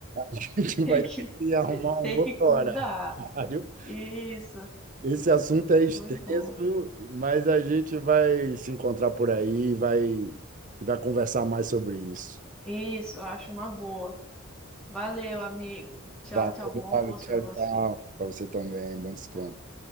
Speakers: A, on the right; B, in the centre.
A: <laughs> a gente
B: tem
A: vai
B: que,
A: ter que arrumar
B: tem
A: um outro
B: que cuidar.
A: horário.
B: Isso,
A: Esse assunto é extenso,
B: foi bom.
A: mas a gente vai se encontrar por aí, vai, vai conversar mais sobre isso.
B: Isso, eu acho uma boa. Valeu, amigo. Tchau,
A: Valeu,
B: tchau. Bom almoço
A: Gabi, tchau,
B: pra você.
A: tchau. Para você também, bom descanso.
B: tchau